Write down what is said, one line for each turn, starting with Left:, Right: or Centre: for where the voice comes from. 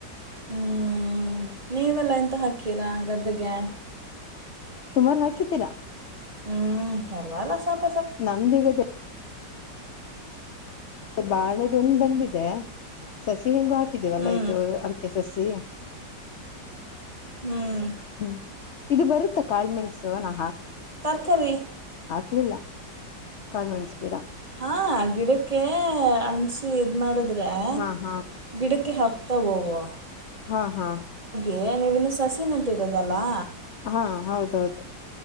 Right: ಹ್ಮ್ ನೀವೆಲ್ಲ ಎಂತ ಹಾಕಿ ಕಿರ ಗದಗೆ
Left: ತುಮಾರು ಹಾಕಿದ್ದೀರಾ.
Right: ಹ್ಮ್ ಪರವಾಗಿಲ್ಲ ಸ
Left: ನಮ್ದಿಗದೆ. ಬಾಳದೊಂದು ಬಂದಿದೆ ಸಸ್ಯ. ತೆಂಗು ಹಾಕಿದಿವವಲ್ಲ
Right: ಹ್ಞೂ
Left: ಇದು ಅಡಿಕೆ ಸಸಿ.
Right: ಹ್ಮ್
Left: ಹ್ಮ್ ಇದು ಬರುತ್ತೆ ಕಾಳ ಮೆಣಸು ನವ್.
Right: ತರಕಾರಿ
Left: ಲಿಲ್ಲ ಕಾನ್ವೆಂಟ್ಸ್ ಗಿಡ
Right: ಹಾ ಗಿಡಕ್ಕೆ ಅಂಟಿಸಿ ಇದ್ ಮಾಡದ ಹ
Left: ಹಾ ಹಾ
Right: ಗಿಡಕ್ ಎೆ ಹಪ್ತಾ ಅವು
Left: ಹಾ ಹಾ
Right: ನೀವ ಇನ್ನು ಸಸಿ ನಂಟಿ ಇರೋದಲ್ಲಾ
Left: ಹಾ ಹೌದೌದು